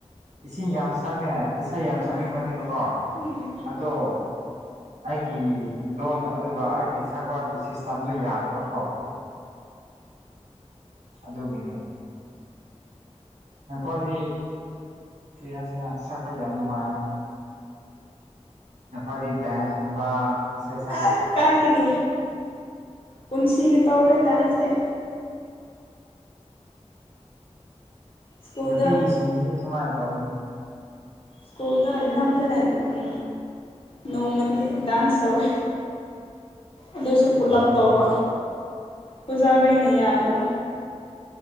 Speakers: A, on the right; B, on the left.
A: ꯏꯁꯤꯡ ꯌꯥꯝ ꯁꯛꯅꯩ ꯏꯁꯩ ꯌꯥꯝ ꯁꯛꯅꯤꯡꯕꯅꯦꯕꯀꯣ
B: ꯑꯥ ꯎꯝ
A: ꯑꯗꯣ ꯑꯩꯒꯤ ꯂꯣꯟ ꯑꯗꯨꯒ ꯑꯩꯒꯤ ꯁꯛꯄꯒꯤ ꯁꯤꯁꯇꯝꯗꯣ ꯌꯥꯗꯕꯀꯣ ꯑꯗꯨꯒꯤꯅꯦ ꯅꯈꯣꯏꯗꯤ ꯀꯔꯤ ꯍꯥꯢꯁꯤꯔ ꯁꯛꯄ ꯌꯥꯝ ꯅꯨꯡꯉꯥꯏꯒꯅꯤ ꯅꯈꯣꯏꯗꯤ ꯗꯥꯥꯟꯁ ꯀꯨꯝꯕ ꯏꯁꯩ ꯁꯛ
B: ꯍꯩꯠ ꯀꯥꯏꯗꯒꯤ ꯄꯨꯟꯁꯤꯒꯤ ꯇꯧꯔꯣꯏ ꯗꯥꯟꯁꯇꯤ ꯁ꯭ꯀꯨꯜꯗ
A: ꯅꯨꯄꯤꯁꯤꯡꯁꯦ ꯁꯨꯃꯥꯏꯅ ꯇꯧꯏꯅꯦ
B: ꯁ꯭ꯀꯨꯜꯗ ꯅꯝꯗꯅ ꯑꯝ ꯅꯣꯡꯃꯗꯤ ꯗꯥꯥꯟꯁ ꯇꯧꯋꯦ ꯑꯗꯨꯁꯨ ꯄꯨꯂꯞ
A: ꯑꯗꯨꯅꯤ
B: ꯇꯧꯕ ꯑꯣꯖꯥꯒꯩꯅ ꯌꯥꯗꯕ